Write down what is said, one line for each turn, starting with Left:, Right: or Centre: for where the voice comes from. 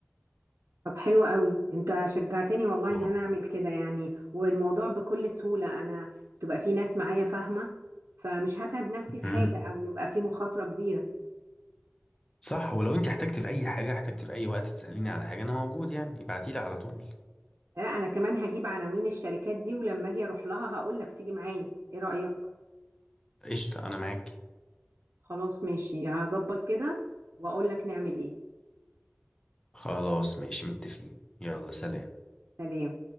Right: طب حلو قوي انت شجعتني والله
Left: اه.
Right: ان انا اعمل كده يعني والموضوع بكل سهولة انا بتبقى في ناس معايا فاهمة فمش هتعب نفسي في
Left: امم
Right: حاجة او يبقى في مخاطرة كبيرة
Left: صح ولو انت احتجت في اي حاجه احتجت في اي وقت تساليني على حاجه انا موجود يعني ابعتيلي على طول
Right: لا انا كمان هجيب عناوين الشركات دي ولما اجي اروح لها هقول لك تيجي معايا ايه رأيك
Left: قشطه انا معاك
Right: خلاص ماشي هظبط كده واقول لك نعمل ايه
Left: خلاص ماشي متفقين يلا سلام
Right: سلام